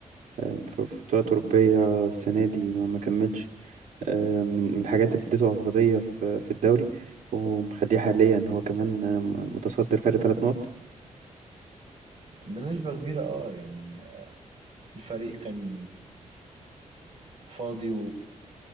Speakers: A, on the right (about 80°); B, on the right (about 45°).
A: آه، في في بطولات اوروبيه السنه دي ما ما كملش آه، من من الحاجات اللي اديته أفضلية في في الدوري ومخليه حاليا هو كمان آه، متصدر فرق ثلاث نقط
B: بنسبة كبيرة اه يعني الفريق كان فاضي